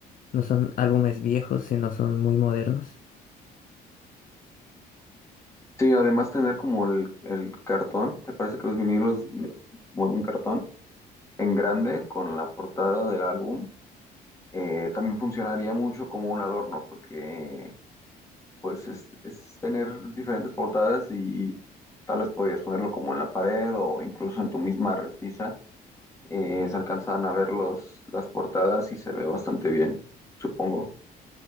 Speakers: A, on the left; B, on the left.
A: no son álbumes viejos, sino son muy modernos.
B: Sí, además tener como el, el cartón, me parece que los vinilos como de un cartón en grande con la portada del álbum, eh, también funcionaría mucho como un adorno, porque pues es, es tener diferentes portadas y tal vez podrías ponerlo como en la pared o incluso en tu misma repisa, eh, se alcanzan a ver los, las portadas y se ve bastante bien, supongo.